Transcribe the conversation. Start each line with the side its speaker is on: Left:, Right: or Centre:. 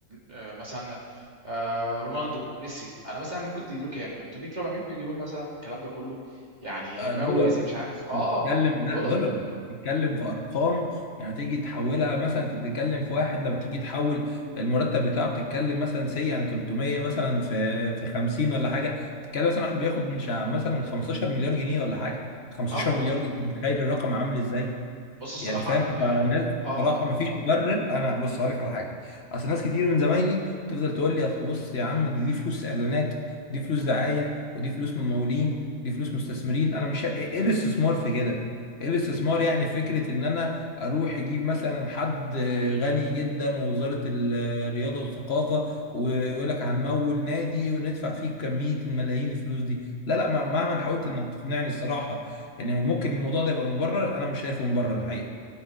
Right: آه، مثلا آه، رونالدو ميسي انا مثلا ممكن تديله كام 300 400 مليون مثلا الكلام ده كله يعني
Left: آه،
Right: ما
Left: دولار
Right: يوازي مش عارف اه
Left: انت بتتكلم لا
Right: دولار
Left: دولار بتتكلم في ارقام يعني تيجي تحولها مثلا انت بتتكلم في واحد لما تيجي تحول المرتب بتاعه بتتكلم مثلا سي يعني 300 مثلا في في 50 ولا حاجه تتكلم مثلا واحد بياخد مش ع- مثلا 15 مليار جنيه ولا حاجه 15
Right: اه
Left: مليار جنيه تخيل الرقم عامل ازاي
Right: بص الصراحه
Left: يعني فاهم
Right: انا يعني
Left: فالناس
Right: اه
Left: بصراحه مفيش مبرر انا بص هقول لك على حاجه اصل ناس كتير من زمايلي تفضل تقول لي اصل بص يا عم دي, دي فلوس اعلانات ودي فلوس دعايه ودي فلوس ممولين ودي فلوس مستثمرين انا مش ايه إيه الاستثمار في كده ايه الاستثمار يعني في فكره ان انا اروح اجيب مثلا حد غني جدا ووزاره الرياضه والثقافه ويقول لك هنمول نادي وندفع فيه كميه الملايين الفلوس دي لا لا مهما حاولت انك تقنعني الصراحه يعني ممكن الموضوع ده يبقى مبرر انا مش شايفه مبرر الحقيقه